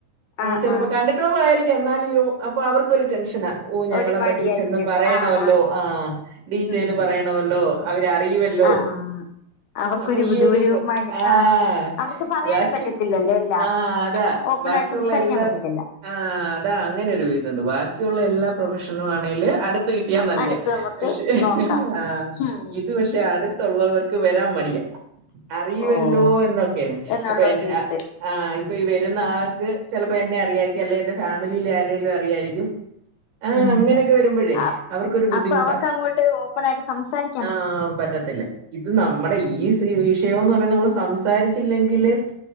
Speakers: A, on the left; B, on the right.
A: ആഹ്
B: ചിലപ്പോ
A: ആഹ്
B: കണ്ടി ട്ടുള്ളതായിരിക്കും എന്നാലും യോ അപ്പൊ അവർക്കൊരു ടെൻഷനാ ഓ ഞങ്ങളെ
A: ഒരു മടിയായിരിക്കും
B: പറ്റി ചെന്ന് പറയണമല്ലോ
A: ആഹ്
B: ആഹ് ഡീറ്റെല്
A: ഉം
B: പറയണവല്ലോ അവരറിയുവല്ലോ
A: ആഹ് അവർക്കൊരു
B: അപ്പൊ
A: ബുദ്ധി
B: ഈ ഒരു
A: മടി
B: ആഹ്
A: അവർക്ക് പറയാനും
B: ബാക്കി
A: പറ്റത്തില്ലല്ലോ എല്ലാം
B: ആഹ് അതാ
A: ഓപ്പൺ
B: ബാക്കിയുള്ള
A: ആയിട്ട് സംസാരിക്കാൻ
B: എല്ലാ
A: പറ്റത്തില്ല
B: ആഹ് അതാ അങ്ങനെ ഒരു വിധം ഉണ്ട് ബാക്കിയുള്ള എല്ലാ പ്രൊഫഷനും ആണെലും അടു ത്ത്കിട്ടിയാ നല്ലത്
A: അടുത്ത് നമുക്ക്
B: പക്ഷേ
A: നോക്കാം
B: ആഹ്
A: ഉം
B: ഇത് പക്ഷെ ആഹ് ടുത്തുള്ളവർക്ക് വരാൻ മടിയ അറിവല്ലോ
A: ഓഹ്
B: എന്നൊക്കെയാണ്
A: എന്നുള്ള
B: ഇപ്പൊ <unintelligible>
A: ഒരിത്
B: ആഹ് ഇപ്പൊ ഈ വരുന്ന ആൾക്ക് ചിലപ്പോ എന്നെ അറിയായിരിക്കും അല്ലെ എന്റെ ഫാമിലിയിൽ ആരെങ്കിലും അറിയായിരിക്കും ആഹ്
A: ഉം
B: അങ്ങനെയൊക്കെ വരുമ്പോഴേ
A: ആ
B: അവർക്കൊരു ബുദ്ധിമുട്ടാ
A: അപ്പൊ അവർക്ക് അങ്ങോട്ട് ഓപ്പണായിട്ട് സംസാരിക്ക
B: ആഹ് പറ്റത്തില്ലേ ഇത് നമ്മുടെ ഈ
A: ഉം
B: സിയൂസ് യോ നമ്മള് സംസാരിച്ചില്ലെങ്കില്